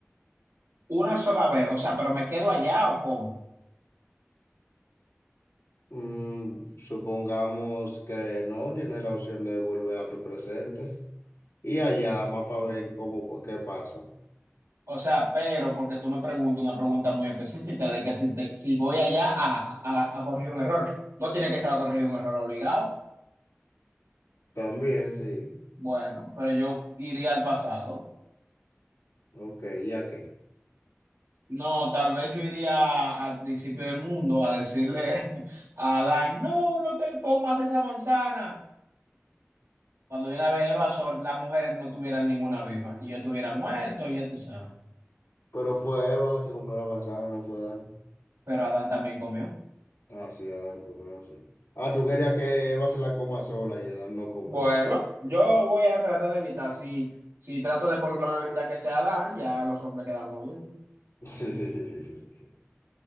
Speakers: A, on the right (about 80°); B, on the left (about 80°).
A: Una sola vez, o sea, pero me quedo allá o cómo?
B: Mm, supongamos que no, tienes la opción de volver a tu presente y allá más para ver cómo, qué pasa.
A: O sea, pero porque tú me preguntas una pregunta muy específica de que si, te- si voy allá a, a, a corregir un error, no tiene que ser a corregir un error obligado.
B: También, sí.
A: Bueno, pero yo iría al pasado.
B: Ok, ¿y a qué?
A: No, tal vez yo iría al principio del mundo a decirle <laughs> a Adán, no, no te comas esa manzana. Cuando viene a ver Eva, sol- las mujeres no tuvieran ninguna viva y yo estuviera muerto, ya tú sabes.
B: Pero fue Eva que se comió la manzana, no fue Adán.
A: Pero Adán también comió.
B: Ah, sí, Adán comió, sí. Ah, tú querías que Eva se la coma sola y Adán no come.
A: Bueno, yo voy a tratar de evitar, si, si trato de por lo menos evitar que sea Dan, ya los hombres quedamos bien.
B: <laughs> Sí.